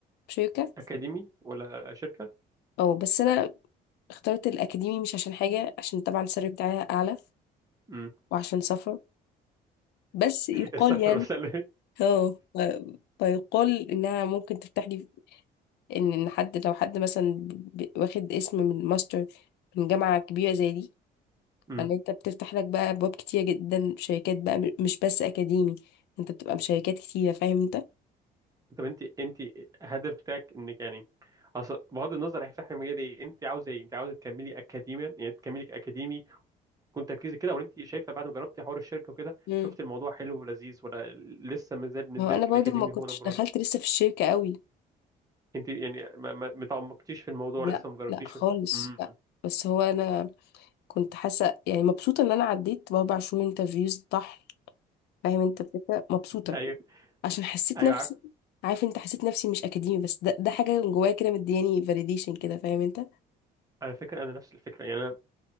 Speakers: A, on the left; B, on the right.
A: شركة
B: اكاديمي ولا شركه
A: او بس انا اخترت الاكاديمي مش عشان حاجة عشان طبعا السالري بتاعي اعلى
B: امم
A: وعشان سفر بس يقال
B: السفر
A: يعني
B: والسلة
A: اه ف- فيقال انها ممكن تفتح لي ان ان حد لو حد مثلا ب- واخد اسم من ماستر من جامعة كبيرة زي دي
B: امم
A: فان انت بتفتح لك بقى ابواب كتير جدا شركات بقى م- مش بس اكاديمي انت بتبقى بشركات كتيرة فاهم انت
B: طب انت انت الهدف بتاعك انك يعني اصل بغض النظر هيفتح لي مجال ايه انت عاوزه ايه انت عاوزه تكملي اكاديميا يعني تكملي اكاديمي وكنت تركيزك كده ولا انت شايفه بعد ما جربتي حوار الشركه وكده
A: مم.
B: شفت الموضوع حلو ولذيذ ولا لسه ما زال بالنسبه
A: ما هو انا
B: لك
A: برضو
B: الاكاديمي
A: ما كنتش
B: هو نمبر
A: دخلت
B: 1
A: لسه في الشركة قوي
B: انت يعني ما ما ما تعمقتيش في الموضوع
A: لا
B: لسه ما جربتيش
A: لا خالص
B: امم
A: لا بس هو انا كنت حاسة يعني مبسوطة ان انا عديت باربع شهور انترفيوز طحن فاهم انت الفكرة مبسوطة
B: ايوه
A: عشان حسيت
B: ايوه
A: نفسي
B: عارف
A: عارف انت حسيت نفسي مش اكاديمي بس ده, ده حاجه جوايا كده مدياني فاليديشن كده فاهم انت
B: على فكره انا نفس الفكره يعني